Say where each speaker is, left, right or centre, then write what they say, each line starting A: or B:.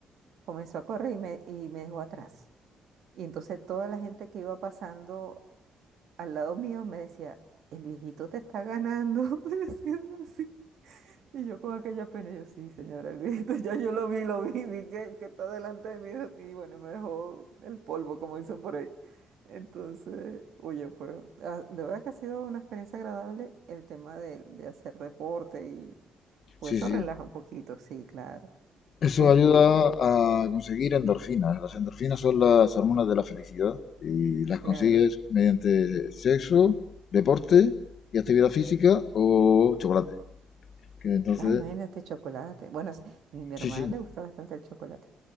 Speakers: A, on the right; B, on the left.
A: Comenzó a correr y me, y me dejó atrás. Y entonces toda la gente que iba pasando al lado mío me decía, el viejito te está ganando, <laughs> me decían así. Y yo con aquella pena, yo sí, señora, el viejito, <laughs> ya yo lo vi, lo vi, vi que, que está delante de mí y bueno, me dejó el polvo, como dicen por ahí. Entonces, oye, fue, ah, de verdad que ha sido una experiencia agradable el tema de, de hacer deporte y pues
B: Sí,
A: eso
B: sí.
A: relaja un poquito, sí, claro.
B: Eso
A: Este,
B: ayuda a conseguir endorfinas. Las endorfinas son las hormonas de la felicidad y las
A: claro.
B: consigues mediante sexo, deporte y actividad física o chocolate. Que entonces,
A: Ay, imagínate chocolate. Bueno, es- mi, mi
B: sí,
A: hermana
B: sí.
A: le gusta bastante el chocolate.